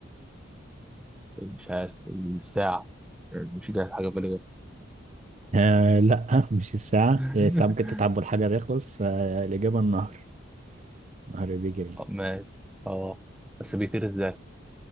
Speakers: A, in the centre; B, on the right (about 40°).
A: مش عارف الساعة يعني، مش جاي حاجة بالغة
B: آه لا مش الساعة
A: <laughs>
B: الساعة ممكن تتعب والحجر يخلص فالإجابة النهر النهر بيجري
A: ماشي اه بس بيطير ازاي؟